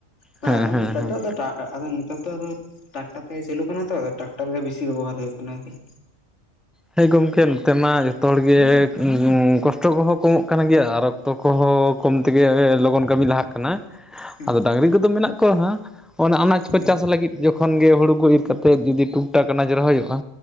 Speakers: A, on the left (about 65°); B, in the centre.
A: ᱦᱮ
B: ᱦᱮᱸ
A: ᱟᱫᱚ
B: ᱦᱮᱸ
A: ᱱᱮᱛᱟᱨ
B: ᱦᱮᱸ
A: ᱫᱚ ᱟᱫᱚᱼᱼ ᱛᱟ ᱟᱦ ᱟᱫᱚ ᱱᱮᱛᱟᱨ ᱫᱚ ᱟᱫᱚ ᱴᱟᱠᱴᱟᱨ ᱛᱮᱜᱮ ᱪᱟᱞᱩᱜ ᱠᱟᱱᱟ ᱛᱚ ᱴᱟᱠᱴᱟᱨ ᱜᱮ ᱵᱤᱥᱤ ᱵᱮᱵᱚᱦᱟᱨ ᱦᱩᱭᱩᱜ ᱠᱟᱱᱟ ᱟᱨ ᱠᱤ ᱴᱟᱜᱼᱼ
B: ᱦᱮᱸ ᱜᱚᱢᱠᱮ ᱱᱚᱛᱮ ᱢᱟ ᱡᱚᱛᱚ ᱦᱚᱲ ᱜᱮ ᱩᱸ ᱩᱸ ᱠᱚᱥᱴᱚ ᱠᱚᱦᱚᱸ ᱠᱚᱢᱚᱜ ᱠᱟᱱ ᱜᱮᱭᱟ ᱟᱨᱚᱼᱼ ᱛᱚ ᱠᱚᱦᱚᱸ ᱠᱚᱢ ᱛᱮᱜᱮ ᱞᱚᱜᱚᱱ ᱠᱟᱹᱢᱤ ᱞᱟᱦᱟᱜ ᱠᱟᱱᱟ᱾
A: ᱦᱩᱸ
B: ᱟᱫᱚ ᱰᱟᱝᱨᱤ ᱠᱚᱫᱚ ᱢᱮᱱᱟᱜ ᱠᱚᱣᱟ ᱦᱟᱸ ᱚᱱᱟ ᱟᱸᱱᱟᱡᱽ ᱠᱚ
A: ᱦᱩᱸ
B: ᱪᱟᱥ ᱞᱟᱹᱜᱤᱫ ᱡᱚᱜᱼᱼ ᱠᱷᱚᱱ ᱜᱮ ᱦᱩᱲᱩ ᱠᱚ ᱤᱨ ᱠᱟᱛᱮᱫ ᱡᱩᱫᱤ ᱴᱩᱠ ᱴᱟᱠ ᱟᱸᱱᱟᱡᱽ ᱨᱚᱦᱚᱭᱚᱜᱼᱟ